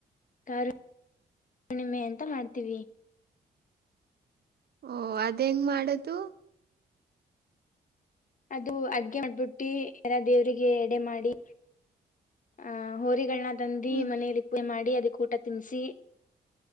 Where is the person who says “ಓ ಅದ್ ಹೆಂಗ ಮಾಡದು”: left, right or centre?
Right